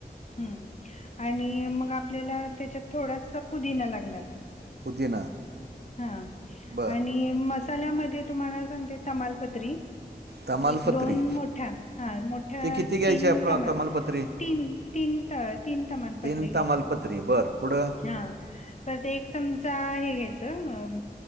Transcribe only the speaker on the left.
हम्, आणि मग आपल्याला त्याच्यात थोडासा पुदिना लागणार.
हा,
आणि म मसाल्यामध्ये तुम्हाला सांगते तमालपत्री.
एक दोन मोठ्या, हा मोठ्या
तीन
तमाल
तीन. तीन त- तीन तमालपत्री
घ्यायच्या.
हं, परत एक चमचा हे घ्यायचं